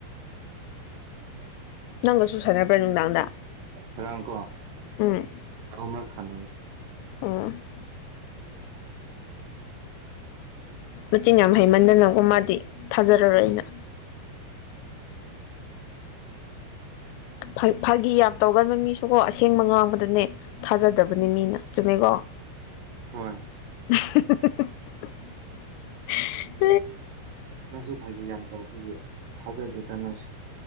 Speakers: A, on the left; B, on the right.
A: <inaudible> ꯅꯪꯒꯁꯨ ꯁꯥꯟꯅꯕ꯭ꯔꯥ ꯅꯨꯡꯗꯥꯡꯗ
B: ꯉꯔꯥꯡ ꯀꯣ
A: ꯎꯝ
B: ꯑꯍꯨꯝꯂꯛ ꯁꯥꯟꯅꯩꯌꯦ
A: ꯎꯝ ꯃꯆꯤꯟ ꯌꯥꯝ ꯍꯩꯃꯟꯗꯅꯒꯣ ꯃꯥꯗꯤ ꯊꯥꯖꯔꯔꯣꯏ ꯑꯩꯅ ꯐꯥ ꯐꯥꯒꯤ ꯌꯥꯝ ꯇꯧꯒꯟꯕ ꯃꯤꯁꯨꯀꯣ ꯑꯁꯦꯡꯕ ꯉꯥꯡꯕꯗꯅꯦ ꯊꯥꯖꯗꯕꯅꯦ ꯃꯤꯅ ꯆꯨꯝꯃꯦꯒꯣ
B: ꯍꯣꯏ
A: <inaudible>
B: ꯎꯝ ꯅꯪꯁꯨ ꯐꯥꯒꯤ ꯌꯥꯝ ꯇꯧꯕꯒꯤ ꯊꯥꯖꯗꯦꯗ ꯅꯪꯁꯦ